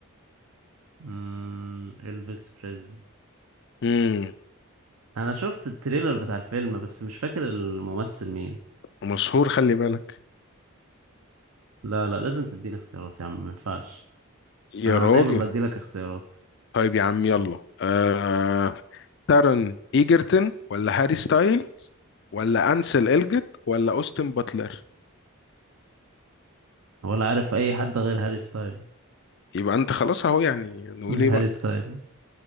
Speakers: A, on the right; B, on the left.
A: امم الفيس بريزلي
B: امم
A: انا شفت التريلر بتاع الفيلم بس مش فاكر الممثل مين
B: مشهور خلي بالك
A: لا لا لازم تديني اختيارات يا عم ما ينفعش
B: يا
A: انا
B: راجل
A: دايما بدي لك اختيارات
B: طيب يا عم يلا آه... تارون ايجرتون ولا هاري ستايلز ولا انسل الجت ولا اوستن باتلر
A: ولا عارف اي حد غير هاري ستايلز
B: يبقى انت خلاص اهو يعني نقول ايه
A: هاري
B: بقى
A: ستايلز